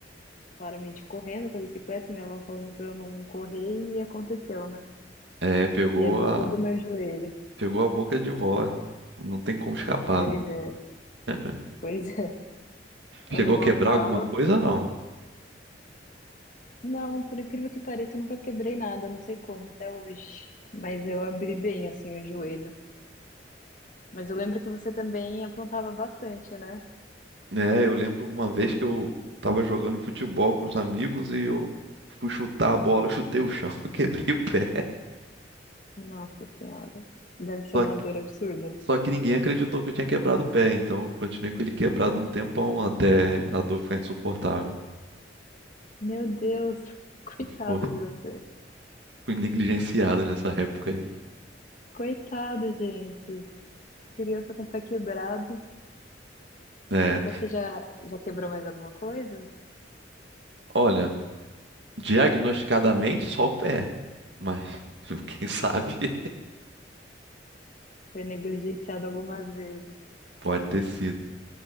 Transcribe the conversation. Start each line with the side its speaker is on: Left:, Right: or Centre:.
Left: claramente correndo com a bicicleta e minha avó falando pra eu não correr e aconteceu, né?
Right: É, pegou
Left: E abri
Right: a...
Left: todo o meu joelho.
Right: pegou a boca de vó. Não tem como escapar.
Left: Pois é,
Right: <laughs>
Left: Pois é, <laughs> quando
Right: Chegou
Left: a vó
Right: a quebrar
Left: fala,
Right: alguma coisa, não?
Left: não, por incrível que pareça, eu nunca quebrei nada, não sei como até hoje. Mas eu abri bem assim o joelho. Mas eu lembro que você também aprontava bastante, né?
Right: É, eu lembro uma vez que eu tava jogando futebol com os amigos e eu fui chutar a bola, eu chutei o chão, <laughs> quebrei o pé.
Left: Nossa Senhora, deve ser
Right: Só
Left: uma
Right: que,
Left: dor absurda.
Right: só que ninguém acreditou que eu tinha quebrado o pé, então eu continuei com ele quebrado um tempão até a dor ficar insuportável.
Left: Meu Deus, <laughs> coitado
Right: <laughs> Pô,
Left: de você.
Right: Fui negligenciado nessa época aí.
Left: Coitado, gente. Criança com o pé quebrado.
Right: É,
Left: E você já, já quebrou mais alguma coisa?
Right: olha, diagnosticadamente só o pé, mas <laughs> quem sabe <laughs>
Left: Foi negligenciado algumas vezes.
Right: pode ter sido.